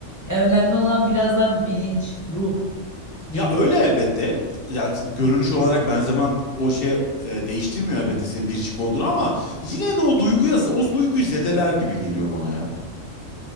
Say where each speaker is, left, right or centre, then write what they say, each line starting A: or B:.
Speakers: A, on the left; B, on the left.
A: Ya önemli olan biraz daha bilinç, ruh
B: Ya
A: diyeyim.
B: öyle elbette. Ya görünüş olarak benzemen o şeye e, değiştirmiyor elbette senin biricik olduğunu ama yine de o duyguya o duyguyu zedeler gibi geliyor bana ya.